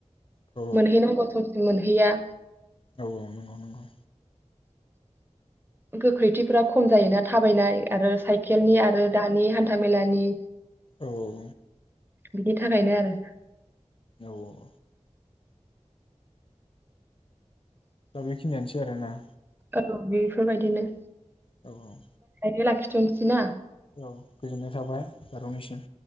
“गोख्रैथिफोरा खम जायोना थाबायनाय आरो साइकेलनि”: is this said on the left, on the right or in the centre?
Right